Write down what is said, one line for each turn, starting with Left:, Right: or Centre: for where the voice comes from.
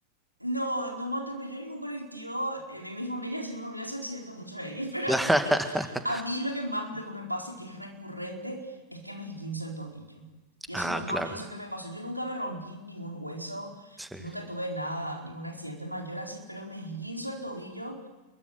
Right: no, no me atropelló ningún colectivo eh, de mi familia, si mi familia se accidenta muchas veces, <laughs> pero
Centre: <laughs>
Right: a mí lo que más, lo que me pasa y que es recurrente es que me esguinzo el tobillo. Y eso
Centre: Ah,
Right: es lo más
Centre: claro,
Right: denso que me pasó. Yo nunca me rompí ningún hueso,
Centre: sí.
Right: nunca tuve nada, ningún accidente mayor así, pero me esguinzo el tobillo,